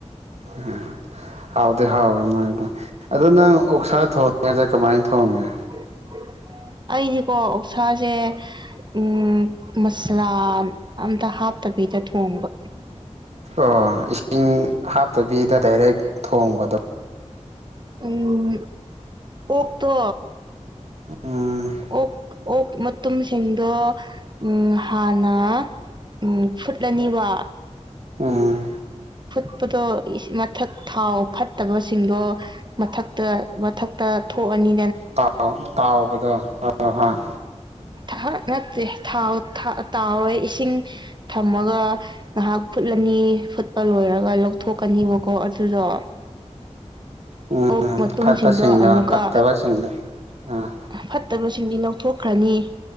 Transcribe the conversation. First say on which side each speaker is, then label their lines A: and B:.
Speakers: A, on the right; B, on the right.
A: <unintelligible> ꯍꯥꯎꯗꯤ ꯍꯥꯎꯋꯦ ꯃꯣꯏꯗꯣ ꯑꯗꯣ ꯅꯪ ꯑꯣꯛꯁꯥ ꯊꯣꯡꯉꯗꯤ ꯀꯃꯥꯏ ꯊꯣꯡꯉꯤ꯫
B: <inaudible> ꯑꯩꯗꯤꯀꯣ ꯑꯣꯛꯁꯥꯁꯦ ꯎꯝ ꯃꯁꯂꯥ ꯑꯝꯇ ꯍꯥꯞ ꯇꯕꯤꯗ ꯊꯣꯡꯕ꯫
A: ꯑꯣ ꯏꯁꯤꯡ ꯍꯥꯞꯇꯕꯤꯗ ꯗꯥꯏꯔꯦꯛ ꯊꯣꯡꯕ
B: ꯎꯝ ꯎꯠꯇꯣ
A: ꯎꯝ
B: ꯑꯣꯛ ꯑꯣꯛ ꯃꯇꯨꯝ ꯁ <unintelligible> ꯎꯝ ꯍꯥꯟꯅ ꯎꯝ ꯐꯨꯠꯂꯅꯤꯕ
A: ꯑꯨꯡ꯫
B: ꯐꯨꯠꯄꯗꯣ ꯏꯁ ꯃꯊꯛ ꯊꯥꯎ ꯐꯠꯇꯕꯁꯤꯡꯗꯣ ꯃꯊꯛꯇ ꯃꯊꯛ ꯑꯥ ꯊꯣꯛꯑꯅꯤ
A: ꯇꯥꯎ ꯇꯥꯎꯕꯗꯣ <unintelligible>
B: ꯊꯥꯛ ꯅꯠꯇꯦ ꯊꯥꯎ ꯊꯥ ꯇꯥꯎꯔꯣꯢ ꯏꯁꯤꯡ ꯊꯝꯃꯒ ꯉꯥꯍꯥꯛ ꯐꯨꯠꯂꯅꯤ ꯐꯨꯠꯄ ꯂꯣꯏꯔꯒ ꯂꯧꯊꯣꯛꯀꯅꯤꯕꯀꯣ ꯑꯗꯨꯗꯣ
A: ꯎꯝ
B: ꯑꯣꯛ ꯃꯇꯨꯝꯁꯤꯡꯗꯣ
A: ꯐꯠꯄꯁꯤꯡꯗꯣ
B: ꯑꯃꯨꯛꯀ
A: ꯐꯠꯇꯕꯁꯤꯡꯗꯣ ꯑꯥ
B: ꯐꯠꯇꯕꯁꯤꯡꯗꯤ ꯂꯧꯊꯣꯛ ꯈ꯭ꯔꯅꯤ